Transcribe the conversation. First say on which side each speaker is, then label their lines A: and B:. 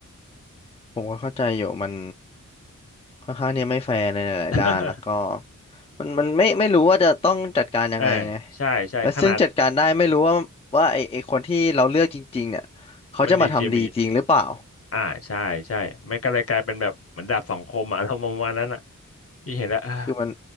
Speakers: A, on the left; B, on the left.
A: ผมก็เข้าใจอยู่มันค่อนข้างเนี่ยไม่แฟร์ในหลายๆด้านแล้วก็
B: <laughs>
A: มันมันไม่ไม่รู้ว่าจะต้องจัดการยังไงไง
B: เออใช่ใช่ขนาด
A: และซึ่งจัดการได้ไม่รู้ว่าว่าไอไอคนที่เราเลือกจริงๆเนี่ยเขาจะมาทำดีจริงหรือเปล่า
B: มันดีจริง อ่าใช่ใช่มันก็เลยกลายเป็นแบบเหมือนดาบสองคมอะ <laughs> อารมณ์ประมาณนั้นอ่ะพี่เห็นแล้วอ่า
A: คือมัน